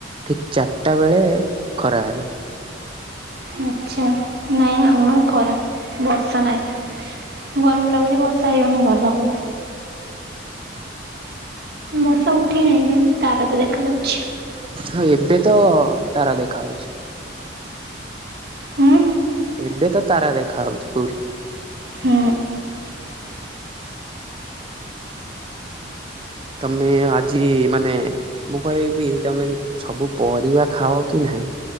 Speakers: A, on the right (about 30°); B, on the right (about 55°).
A: ଠିକ୍ ଚାରଟା ବେଳେ ଖରା ହେଲା।
B: ଆଚ୍ଛା ନାଇଁ ଆମର ଖରା ବର୍ଷା ନାଇଁ। ଗରମ ଲାଗୁଚି ବର୍ଷା ହେଇଗନେ ଭଲ ହବ। ବର୍ଷା ଉଠେଇନାଇଁ କାଇଁ ତାରା ତ ଦେଖାଯାଉଛି।
A: ହଁ ଏବେ ତ ତାରା ଦେଖାଆଉଚି।
B: ହୁଁ
A: ଏବେ ତ ତାରା ଦେଖାଆଉଚି ଫୁଲ୍।
B: ହୁଁ।
A: ତମେ ଆଜି ମାନେ ମୁଁ କହିବି ତମେ ସବୁ ପରିବା ଖାଅ କି ନାହିଁ